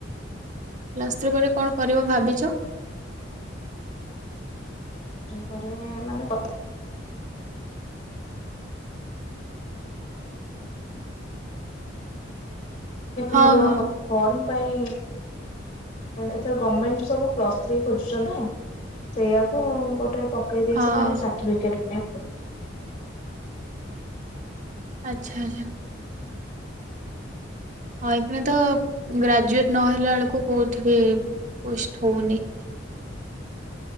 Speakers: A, on the right; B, on the left.
A: ପ୍ଲସ୍ତ୍ରୀ ପରେ କଣ କରିବ ଭାବିଛ
B: ପରୋନ ମାନେ
A: ହଁ
B: ମୋର
A: ହଁ
B: ଫର୍ମ ପାଇଁ ଏଥର ଗଭର୍ଣମେଣ୍ଟ ସବୁ ପ୍ଲସ ଥ୍ରୀ ଖୋଜୁଛନ୍ତି ନା ସେଇଆାକୁ ଗୋଟେ ପକେଇ ଦେଇଛି
A: ହଁ
B: ଖାଲି ସାର୍ଟିଫିକେଟ ଏପ
A: ଆଚ୍ଛା ଆଚ୍ଛା ହଁ ଏକ ତ ଗ୍ରାଜୁଏଟ ନହଲା ବେଳକୁ କୋଉଠି ପୋଷ୍ଟ ହଉନି